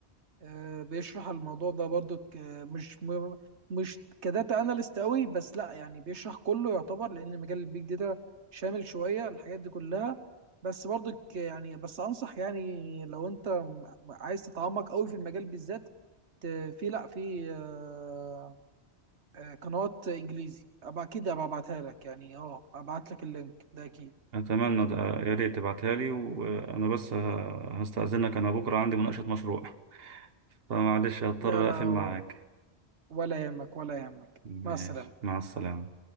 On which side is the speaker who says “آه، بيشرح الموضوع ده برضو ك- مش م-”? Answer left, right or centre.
Right